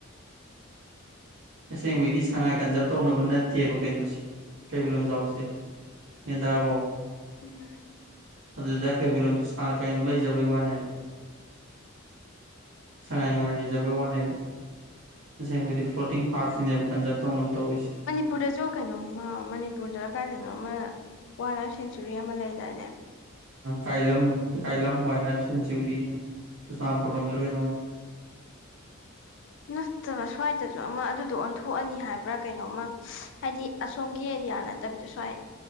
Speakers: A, on the right (about 85°); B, on the left (about 65°).
A: ꯑꯁꯦꯡꯕꯩꯗꯤ ꯁꯉꯥꯏ ꯀꯟꯖꯥꯕ ꯇꯧꯅꯕ ꯅꯠꯇꯦ ꯇꯦꯕ ꯀꯩꯅꯣꯁꯦ ꯀꯩꯕꯨꯜ ꯂꯝꯖꯥꯎꯁꯦ ꯒ꯭ꯌꯥꯟ ꯇꯥꯔꯕꯣ
B: ꯎꯝ
A: ꯑꯗꯨꯗ ꯀꯩꯕꯨꯜ ꯁꯥ ꯀꯩꯅꯣ ꯂꯩꯖꯕꯩ ꯋꯥꯅꯦꯕ ꯁꯉꯥꯏ ꯅꯨꯡꯉꯥꯏ ꯂꯩꯖꯕꯩ ꯋꯥꯅꯦꯕ ꯑꯁꯦꯡꯕꯗꯤ ꯐ꯭ꯂꯣꯇꯤꯡ ꯄꯥꯔꯛꯁꯤꯅꯦꯕ ꯀꯟꯖꯥꯔꯕ ꯇꯧꯅꯕ ꯇꯧꯔꯤꯁꯤꯦ
B: ꯃꯅꯤꯄꯨꯔꯗꯁꯨ ꯀꯩꯅꯣꯝꯃ ꯃꯅꯤꯄꯨꯔꯗ ꯀꯥꯏꯗꯅꯣ ꯑꯃ ꯋꯥꯏꯜ ꯂꯥꯏꯐ ꯁꯦꯡꯆꯨꯔꯤ ꯑꯃ ꯂꯩꯗꯥꯏꯅꯦ
A: Kailam Kailam wildlife sanctuary Churachandpur ꯂꯣꯝꯗ꯭ꯔ ꯀꯩꯅꯣ ꯑꯣꯏ
B: <unintelligible> ꯅꯠꯇꯕ ꯁ꯭ꯋꯥꯏꯗꯁꯨ ꯑꯃ ꯑꯗꯨꯗꯣ ꯑꯣꯟꯊꯣꯛꯑꯅꯤ ꯍꯥꯏꯕ꯭ꯔꯥ ꯀꯩꯅꯣꯝꯃ ꯍꯥꯏꯗꯤ ꯑꯁꯣꯝꯒꯤ ꯌꯥꯅ ꯇ ꯄꯗꯁꯋꯥ